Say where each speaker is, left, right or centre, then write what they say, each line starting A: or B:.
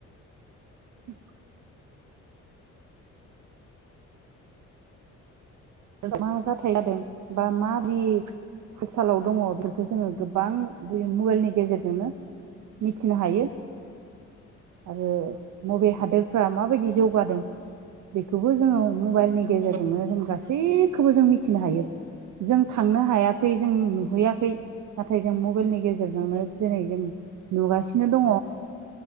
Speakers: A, on the right; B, on the right.
A: <inaudible> मा जाथाय जादों बा माबि। बिसालाव दङ बेफोरखौ जोङो गोबां बे मबाइलनि गेजेरजोंनो। मिथिनो हायो। आरो बबे हादोरफ्रा माबायदि जौगादों बेखौबो जोङो। मबाइलनि गेजेरजोंनो
B: उम
A: जों गासैखौबो जों मिथिनो हायो
B: उम
A: जों थांनो हाया। खै जों नुहैयाखै नाथाय जों मबाइलनि गेजेरजोंनो
B: उम
A: दिनै जों। नुगासिनो दङ